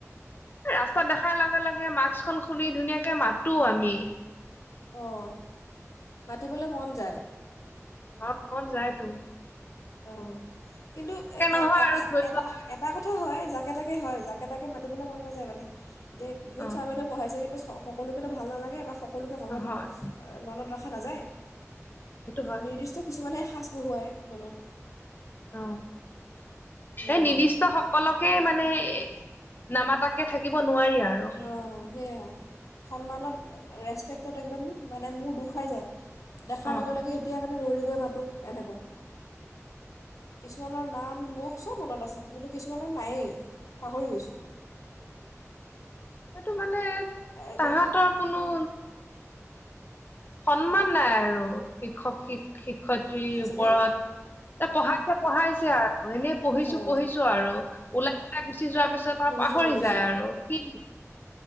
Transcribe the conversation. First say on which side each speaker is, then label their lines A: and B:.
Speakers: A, on the left (about 40°); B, on the left (about 80°).
A: এ ৰাস্তাত দেখাৰ লগে লগে মাস্ক খন খুলি ধুনীয়াকে মাতো আমি। আমি।
B: অহঁ মাতিবলৈ মন যায়।
A: অঁহ মন যায়টো।
B: অহঁ। কিন্তু
A: নহয়
B: এটা
A: আৰু ধৰি
B: এ এটা কথা হয় যাকে তাকে হয়। একেটাকে মাতিবলৈ মন নাযায় মানে। ধেই
A: লোৱা
B: বহুত ছাৰ বাইদেউৱে পঢ়াইছে কিন্তু। সকলোকেতো ভাল নালাগে বা। সকলোকে মনত
A: অ হয়
B: মনত ৰাখ। দেখা নাযায়।
A: সেইটো হয়
B: নিৰ্দিষ্ট কিছুমানে। সাঁচ বহুৱাই মনত।
A: অ।
B: অঁ
A: এই নিৰ্দিষ্ট সকলকে মানে নামাতাক। থাকিব। নোৱাৰি আৰু
B: অ সেয়া সন্মানত। ৰেচপেক্টত একদম মানে মোৰ দু খাই যায়। দেখাৰ
A: অ
B: লগে লগে এতিয়াই মানে দৌৰি। গৈ মাতো এনেকুৱা কিছুমানৰ নাম মুখ চব মনত আছে কিন্তু কিছুমানৰ নায়েই পাহৰি গৈছো।
A: সেইটো মানে
B: এতিয়া ল'ৰা
A: তাহাঁতৰ কোনো। সন্মান নাই আৰু শিক্ষক-শিক্ষিক। শিক্ষয়িত্ৰী ওপৰত
B: ছোৱালীৰ
A: এ পঢ়াইছে পঢ়াইছে আৰু। এনে পঢ়িছো
B: অঁ
A: পঢ়িছো আৰু ওলাই পেলাই গুচি যোৱাৰ পিছত আৰু
B: পঢ়িছোঁ
A: পাহৰি
B: পঢ়িছোঁ
A: যায় আৰু কি।